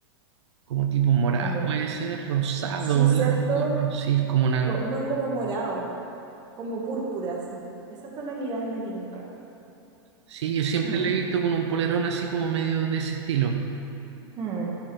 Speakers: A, on the right; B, on the right.
A: como tipo morado,
B: como,
A: puede ser rosado,
B: sí, cierto,
A: blanco, sí, es como una...
B: Co- no como morado, como púrpura, sí. Esas tonalidades me tinca.
A: Sí, yo siempre
B: Mm.
A: la he visto con un polerón así como medio de ese estilo.
B: Mm,